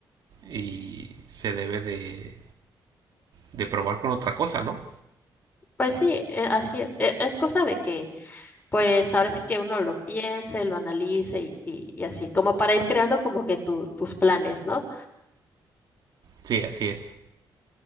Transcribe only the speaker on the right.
y se debe de, de probar con otra cosa, ¿no?
Sí, así es.